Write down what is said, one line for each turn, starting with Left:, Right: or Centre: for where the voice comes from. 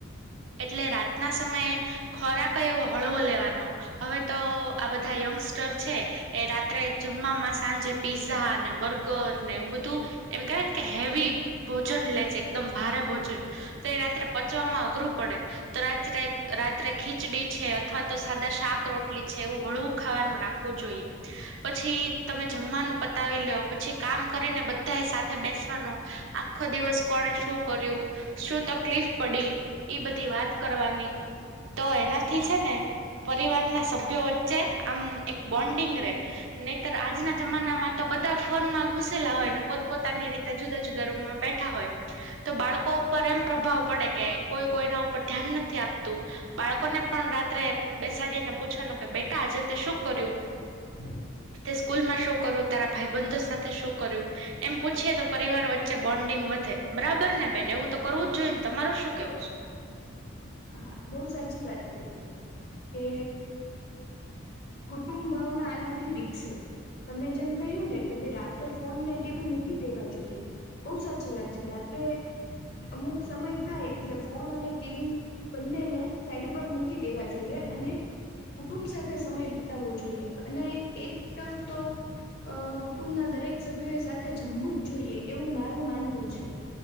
Right: એટલે રાતના સમયે ખોરાક એવો હળવો લેવાનો. હવે તો આ બધા યંગસ્ટર છે એ રાત્રે જમવામાં સાંજે પીઝા ને બર્ગર ને એવું બધું એમ થાય ને કે હેવી. ભોજન લે છે એકદમ ભારે ભોજન તો એ રાત્રે પચવામાં અઘરું પડે. તો રાત્રે રાત્રે ખીચડી છે અથવા તો સાદા શાક રોટલી છે એવું હળવું ખાવાનું રાખ. વું જોઈએ. પછી તમે જમવાનું પતાવી લ્યો પછી કામ કરીને બધા એ સાથે બેસવાનું આખો દિવસ કોને શું કર્યું શું તકલીફ પડી ઈ બધી વાત કરવાની તો એનાથી છે ને. પરિવાર ના સભ્યો વચ્ચે આમ એક બોન્ડિંગ રે. નહીતર આજના જમાનામાં તો બધા ફોનમાં ઘુસેલા હોય ને પોતપોતાની રીતે જુદા જુદા રૂમ બેઠા હોય તો બાળકો ઉપર એમ પ્રભાવ પડે. કે કોઈ કોઈના ઉપર ધ્યાન નથી આપતું બાળકો ને પણ રાત્રે બે. બેસાડીને પૂછવાનું કે બેટા આજે તે શું કર્યું.
Left: હમ <inaudible>
Right: તે સ્કૂલમાં શું કર્યું તારા ભાઈબંધો સાથે શું કર્યું એમ પૂછીએ તો પરિવાર વચ્ચે બોન્ડિંગ વધે. બરાબર ને બેન એવું તો કરવું જ જોએ ને તમારું શું કેવું છે.
Left: હા બહુ સાચી વાત કરી તે કે. કુટુંબ ભાવના આનાથી વિક્સે. તમે જેમ કહ્યું ને કે ભાઈ રાત્રે ફોન ને ટીવી મૂકી દેવા જોઈએ. બઉુ સાચી વાત છે રાત્રે અમુક સમય થાય એટલે ફોન અને ટીવી બંને ને સાઈડ પર મૂકી દેવા જોઈએ અને કુટુંબ સાથે સમય વિતાવવો જોઈએ અને એક ટંક તો. અ કુટુંબના દરેક સભ્યો એ સાથે જમવું જ જોઈએ એવું મારું માનવું છે.